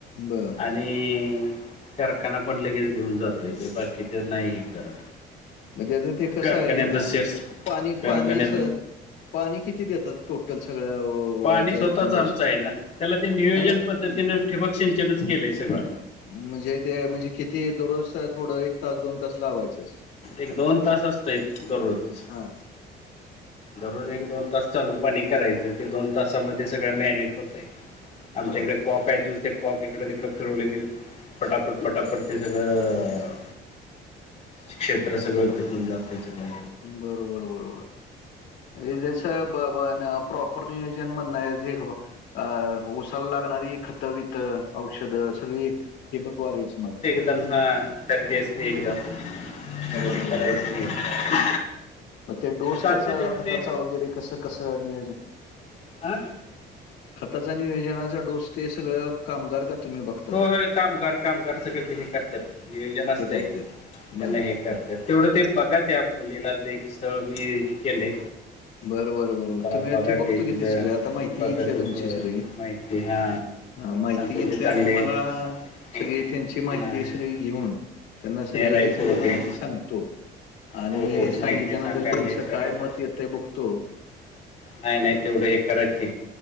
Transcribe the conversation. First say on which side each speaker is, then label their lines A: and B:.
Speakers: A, on the left (about 85°); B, on the left (about 40°).
A: बरं,
B: आणि आणि कारखाना पण लगेच घेऊन जातो इथे बाकीच नाही हे करत
A: म्हणजे आता ते कसं
B: कारखान्याचा
A: आहे अ
B: शेअर्स
A: पाणी
B: कारखान्याच
A: पाण्याचं पाणी किती देतात टोटल सगळ्या व
B: पाणी
A: जाईपर्यंत
B: स्वतःच आमचं
A: ऊस?
B: आहे ना त्याला ते नियोजन
A: नाही, नाही.
B: पद्धतीनें ठिबक सिंचनच केलंय सगळं
A: म्हणजे ते म्हणजे किती दररोज थोडं एक तास दोन तास लावायचंच
B: एक दोन तास असतय दररोज
A: हा
B: दररोज एक दोन तास चालू पाणी करायचं ते दोन तामध्ये सगळं मॅनेज होतय आमच्याकडे
A: बरं.
B: काँक आहेत नुसते कॉक इकडे तिकडं फिरवले केल पटापट पटापट ते सगळं क्षेत्र सगळ
A: बरं.
B: भीजून जाते सगळ
A: बरोबर बरोबर हे जस प्रॉपर नियोजन मध नाही बा अ ऊसाला लागणारी खतबितं औषधं सगळी ठे बघवारायचं मग
B: उत्तम खरेदी असते एकदम खरीदी
A: बरोबर,
B: करायची
A: बरोबर.
B: नाही
A: मग ते डोस
B: चालते
A: त्याचा
B: तेवढं
A: खताचा
B: ते
A: वगैरे कसं कसं नियोजन
B: आं
A: खताचा नियोजनाचा डोस ते सगळं कामगार का तुम्ही बघ
B: हो हो कामगार कामगार सगळे ते हे करतात नियोजन असतं
A: ते करतात.
B: त्यांना
A: बरं.
B: हे त तेवढं ते बघा त्या मुलीला एक सळ मी हे केलंय
A: बरं बरं बरबर
B: जरा
A: तुम्ही
B: बघा
A: इथे बघतो
B: ते
A: किथे
B: तिथं
A: सगळे आता माहिती
B: बघा
A: घेतली
B: ते
A: तुमची
B: हो,
A: सगळी
B: माहिती हा
A: हा माहिती
B: पोरगी
A: घेतल्या
B: चांगले
A: तुम्हाला
B: इंजिनियर
A: सगळी त्यांची माहिती सगळी घेऊन त्यांना सगळ
B: आहे
A: हे सगळी
B: पोरगे
A: माहिती सांगतो आणि
B: हो हो
A: सांगितल्यानंतर
B: माहिती सांगा आणि
A: त्यांच
B: हे करत
A: काय मत ते बखतो
B: नाही नाही तेवढं हे करायचे